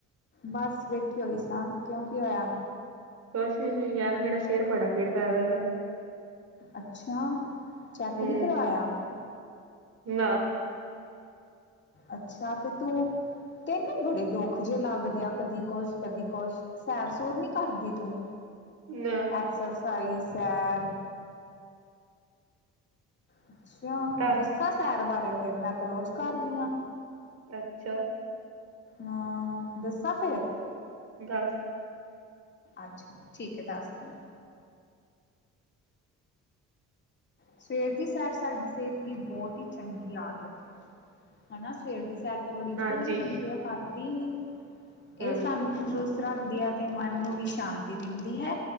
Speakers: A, on the left (about 35°); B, on the right (about 55°).
A: ਬਸ ਬੈਠੀ ਹੋਈ ਸਾਂ ਕਿਉਂ ਕੀ ਹੋਇਆ
B: ਕੁਛ ਨੀ ਯਾਰ ਮੇਰਾ ਸਿਰ ਬੜਾ ਪੀੜ ਕ ਵਾ
A: ਅੱਛਾ ਚੈੱਕ
B: ਹੂੰ
A: ਨੀ ਕਰਵਾਇਆ
B: ਨਾ
A: ਅੱਛਾ ਤੇ ਤੂੰ ਤੈਨੂੰ ਬੜੇ ਦੁੱਖ ਜਿਹੇ ਲੱਗਦੇ ਆ ਕਦੀ ਕੁਛ ਕਦੀ ਕੁਛ ਸੈਰ ਸੂਰ ਨੀ ਕਰਦੀ ਤੂੰ
B: ਨਾ
A: ਐਕਸਰਸਾਈਜ਼ ਸੈਰ ਅੱਛਾ
B: ਘਰ
A: ਦੱਸਾਂ ਸੈਰ ਬਾਰੇ ਫੇਰ ਮੈਂ ਤੇ ਰੋਜ਼ ਕਰ
B: ਹੂੰ
A: ਲਈ ਆ,
B: ਅੱਛਾ
A: ਹਾਂ ਦੱਸਾਂ ਫੇਰ।
B: ਦਸ
A: ਅੱਛਾ ਠੀਕ ਹੈ ਦੱਸ ਦਿ ਆ। ਸਵੇਰ ਦੀ ਸੈਰ ਸਾਡੀ ਸਿਹਤ ਲਈ ਬਹੁਤ ਹੀ ਚੰਗੀ ਆਦਤ, ਹਨਾ ਸਵੇਰ ਦੀ ਸੈਰ। ਤਾਂ ਬੜੀ
B: ਹਾਂਜੀ
A: ਜ਼ਰੂਰੀ ਹੁੰਦੀ ਪਰ ਮੈ ਕਰਦੀ ਨੀ ਇਹ
B: ਹਾਂਜੀ
A: ਸਾਨੂੰ ਤੰਦਰੁਸ, ਰੱਖਦੀ ਹੈ ਤੇ ਮਨ ਨੂੰ ਵੀ ਸ਼ਾਂਤੀ ਦਿੰਦੀ ਹੈ,